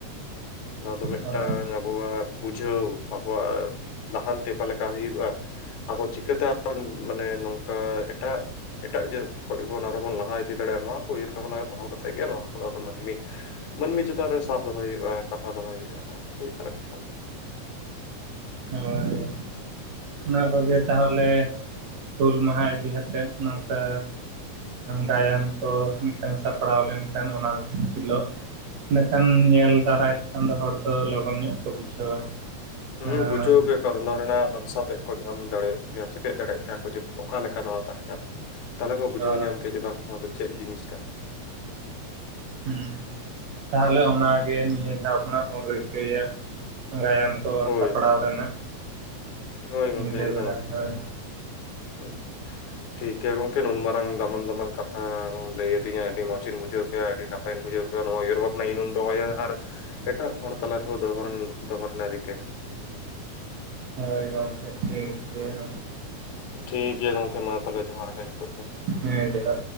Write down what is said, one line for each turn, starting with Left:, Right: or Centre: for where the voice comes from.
Left: ᱱᱚᱣᱟ ᱫᱚ ᱢᱤᱫᱴᱟᱝ
Right: ᱦᱳᱭ
Left: ᱟᱵᱚᱣᱟᱜ ᱵᱩᱡᱷᱟᱹᱣ ᱟᱵᱚᱣᱟᱜ ᱞᱟᱦᱟᱱᱛᱤ ᱚᱠᱟ ᱞᱮᱠᱟ ᱦᱩᱭᱩᱜᱼᱟ᱾ ᱟᱵᱚ ᱪᱤᱠᱟᱹᱛᱮ <unintelligible> ᱢᱟᱱᱮ ᱱᱚᱝᱠᱟ ᱮᱴᱟᱜ ᱮᱴᱟᱜ ᱡᱟᱹᱛ ᱠᱷᱚᱡ ᱵᱚᱱ ᱟᱨ ᱵᱚᱱ ᱞᱟᱦᱟ ᱤᱫᱤ ᱫᱟᱲᱮᱭᱟᱜᱼᱟ ᱱᱚᱣᱟ ᱠᱚ ᱩᱭᱦᱟᱹᱨ ᱵᱷᱟᱵᱽᱱᱟ ᱫᱚᱦᱚ ᱠᱟᱛᱮᱫ ᱜᱮ ᱱᱚᱣᱟ ᱠᱚᱫᱚ ᱢᱟᱹᱱᱢᱤ ᱢᱟᱹᱱᱢᱤ ᱪᱮᱛᱟᱱ ᱨᱮ ᱥᱟᱵ ᱫᱚᱦᱚᱭ ᱦᱩᱭᱩᱜᱼᱟ ᱠᱟᱛᱷᱟ ᱫᱚᱦᱚᱭ ᱦᱩᱭᱩᱜᱼᱟ ᱱᱚᱣᱟ ᱠᱚ ᱦᱩᱭᱩᱜ ᱠᱟᱱᱟ ᱠᱟᱛᱷᱟ
Right: ᱦᱳᱭ ᱚᱱᱟ ᱠᱚᱜᱮ ᱛᱟᱦᱚᱞᱮ ᱦᱩᱞ ᱢᱟᱦᱟ ᱤᱫᱤ ᱠᱟᱛᱮᱫ ᱱᱚᱝᱠᱟ ᱜᱟᱭᱟᱱ ᱠᱚ ᱢᱤᱫᱴᱟᱱ ᱥᱟᱯᱲᱟᱣ ᱞᱮᱱᱠᱷᱟᱱ ᱚᱱᱟ ᱢᱤᱫ ᱫᱤᱱ ᱦᱤᱞᱳᱜ ᱢᱤᱫᱴᱟᱝ ᱧᱮᱞ ᱫᱟᱨᱟᱭ ᱛᱮᱠᱷᱟᱱ ᱫᱚ ᱦᱚᱲ ᱫᱚ ᱞᱚᱜᱚᱱ ᱧᱚᱜ ᱠᱚ ᱵᱩᱡᱷᱟᱹᱣᱟ᱾ ᱦᱮᱸ
Left: ᱦᱩᱸ ᱵᱩᱡᱷᱟᱹᱣ ᱜᱮ᱾ ᱟᱨ ᱚᱱᱟ ᱨᱮᱱᱟᱜ ᱨᱟᱥᱟ ᱛᱮᱫ ᱠᱚ ᱧᱟᱢ ᱫᱟᱲᱮᱭᱟᱜ ᱠᱮᱭᱟ ᱪᱮᱯᱮᱫ ᱫᱟᱲᱮᱭᱟᱜ ᱠᱮᱭᱟ ᱠᱚ ᱡᱮ ᱚᱠᱟ ᱞᱮᱠᱟ ᱱᱚᱣᱟ ᱛᱟᱦᱮᱸ ᱠᱟᱱᱟ᱾ ᱛᱟᱦᱚᱞᱮ ᱠᱚ ᱵᱩᱡᱷᱟᱹᱣ
Right: ᱦᱳᱭ
Left: ᱧᱟᱢ ᱠᱮᱭᱟ ᱡᱮ ᱵᱟᱝ ᱱᱚᱣᱟ ᱫᱚ ᱪᱮᱫ ᱡᱤᱱᱤᱥ ᱠᱟᱱᱟ᱾
Right: ᱦᱮᱸ ᱛᱟᱦᱞᱮ ᱚᱱᱟᱜᱮ ᱱᱤᱭᱟᱹ ᱫᱷᱟᱣ ᱠᱷᱚᱱᱟᱜ ᱵᱚᱱ ᱨᱤᱠᱟᱹᱭᱟ᱾ ᱜᱟᱭᱟᱱ ᱠᱚ
Left: ᱦᱳᱭ
Right: ᱥᱟᱯᱲᱟᱣ ᱨᱮᱱᱟᱜ
Left: ᱦᱳᱭ ᱜᱚᱢᱠᱮ
Right: ᱧᱤᱫᱟᱹ
Left: ᱮᱠᱫᱚᱢ
Right: ᱵᱮᱲᱟ
Left: ᱮᱠᱫᱚᱢ᱾
Right: ᱦᱳᱭ
Left: ᱦᱩ ᱴᱷᱤᱠ ᱜᱮᱭᱟ ᱜᱚᱝᱠᱮ ᱱᱩᱱ ᱢᱟᱨᱟᱝ ᱫᱟᱢᱟᱱ ᱫᱟᱢᱟᱱ ᱠᱟᱛᱷᱟᱢ‌ ᱞᱟᱹᱭ ᱟᱹᱫᱤ ᱫᱤᱧᱟ ᱟᱹᱰᱤ ᱢᱚᱸᱡᱽᱤᱧ ᱵᱩᱡᱷᱣ ᱠᱮᱜ-ᱟ ᱟᱹᱰᱤ ᱱᱟᱯᱟᱭᱤᱧ ᱵᱩᱡᱷᱟᱹᱣ ᱠᱮᱫ-ᱟ‌ ᱱᱚᱣᱟ ᱩᱭᱦᱟᱹᱨ ᱵᱷᱟᱵᱽᱱᱟ ᱡᱩᱫᱤᱢ ᱫᱚᱦᱚᱭᱟ ᱟᱨ ᱮᱴᱟᱜ ᱦᱚᱲ ᱛᱟᱞᱟ ᱨᱮ ᱦᱚᱸ ᱫᱚᱦᱚ ᱫᱚᱦᱚ ᱨᱮᱱᱟᱜ ᱨᱤᱠᱟᱹᱭ ᱢᱮ᱾
Right: ᱦᱳᱭ ᱜᱚᱝᱠᱮ ᱴᱷᱤᱠ ᱜᱮᱭᱟ
Left: ᱴᱷᱤᱠᱜᱮᱭᱟ ᱜᱚᱝᱠᱮ ᱢᱟ ᱛᱟᱦᱚᱞᱮ ᱡᱚᱦᱟᱨ ᱜᱮ ᱱᱤᱛᱚᱜ ᱫᱚ᱾
Right: ᱦᱮᱸ ᱡᱚᱦᱟᱨ ᱜᱮ᱾